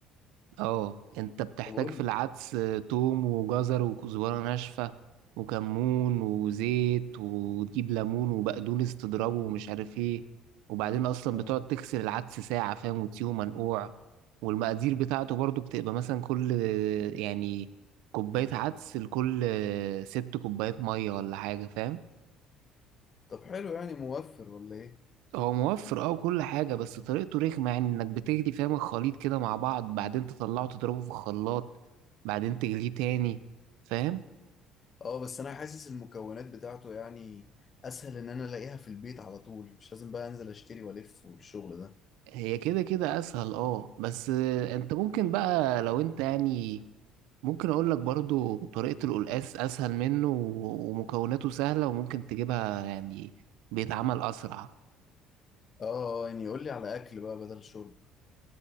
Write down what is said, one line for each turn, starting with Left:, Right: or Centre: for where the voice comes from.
Right: اه انت
Left: <laughs>
Right: بتحتاج
Left: طب قول
Right: في العدس
Left: لي
Right: آه، توم وجزر وكزبرة ناشفة وكمون وزيت وتجيب ليمون وبقدونس تضربه ومش عارف ايه وبعدين اصلا
Left: آه.
Right: بتقعد تغسل العدس ساعة فاهم وتسيبه منقوع والمقادير بتاعته برضو بتبقى مثلا كل آه، يعني كوباية عدس لكل آه، ست كوبايات مية ولا حاجة فاهم
Left: طب حلو يعني موفر ولا إيه؟
Right: هو موفر اه وكل حاجة بس طريقته رخمة يعني انك بتجري فاهم الخليط كده مع بعض بعدين تطلعه تضربه في الخلاط بعدين تجليه تاني فاهم
Left: أه بس أنا حاسس المكونات بتاعته يعني أسهل إن أنا ألاقيها في البيت على طول مش لازم بقى أنزل أشتري وألف والشغل ده
Right: هي كده كده اسهل اه بس آه، انت ممكن بقى لو انت يعني ممكن اقول لك برضو طريقة القلقاس اسهل منه و- ومكوناته سهلة وممكن تجيبها يعني بيتعمل اسرع
Left: أه آه، يعني قول لي على أكل بقى بدل شرب